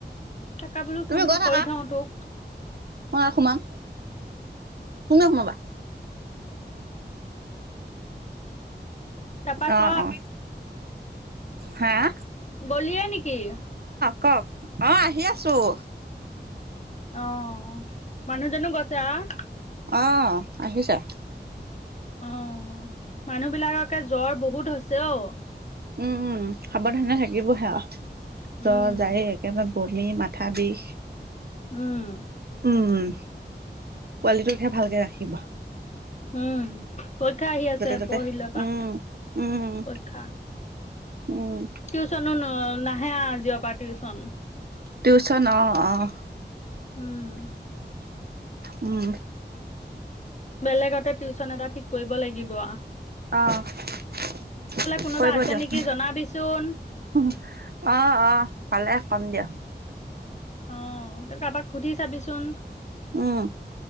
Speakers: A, on the left; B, on the right.
A: তাকে বোলো
B: তুমি
A: ফোনটো
B: গৈ থাকা
A: কৰি থওঁ তোক।
B: মই সোমাম, তুমিওঁ সোমাবা?
A: তাপা ক?
B: অ অ হা'
A: গলিয়ে নিকি?
B: কওঁক অ' আহি আছোঁ।
A: অ' অ' মানুহজনো গৈছে আৰু।
B: অঁ, আহিছা?
A: অ' মানুহ বিলাককে জ্বৰ বহুত হৈছে অ'।
B: উম উম সাৱধানে থাকিবহে আও। ত
A: উম
B: যায় একেবাৰে বমি, মাথা বিষ
A: উম
B: উম পোৱালিটোকহে ভালকে ৰাখিবা।
A: উম পৰীক্ষা আহি আছে,
B: ত'তে
A: পৰহিলৈ পা,
B: উম উম
A: পৰীক্ষা,
B: উম
A: টিউচনো না হি হে আজিএ পা টিউচন।
B: টিউচন অ' অ'
A: উম
B: উম
A: বেলেগতে টিউচন এটা ঠিক কৰিব লাগিব আ
B: অ', কৰিব
A: কোনোবা আছে
B: দিয়ক,
A: নেকি জনাবিচোন
B: অ, অ, পালে কম দিয়ক।
A: অ তই কাৰোবাক সুধি চাবিচোন।
B: উম